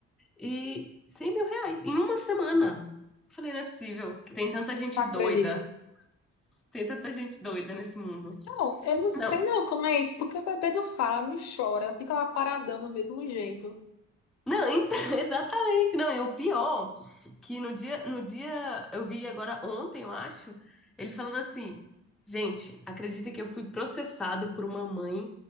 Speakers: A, in the centre; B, on the left.
A: E cem mil reais em uma semana. Falei, não é possível que tem tanta gente
B: acredito.
A: doida. Tem tanta gente doida nesse mundo.
B: Não, eu não sei
A: Não,
B: não como é isso, porque o bebê não fala, não chora, fica lá paradão do mesmo jeito.
A: Não, então, <laughs> exatamente, não, e o pior, que no dia, no dia, eu vi agora ontem, eu acho, ele falando assim, gente, acredita que eu fui processado por uma mãe